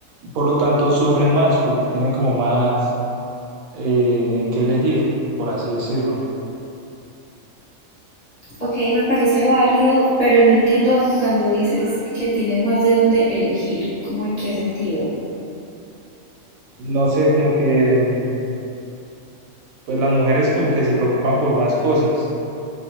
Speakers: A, on the right; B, on the left.
A: por lo tanto sufren más porque tienen como más eh, en qué elegir, por así decirlo.
B: Ok, me parece válido, pero no entiendo cuando dices que tienes más de dónde elegir, ¿cómo en qué sentido?
A: No sé, como que, mm, pues las mujeres como que se preocupan por más cosas,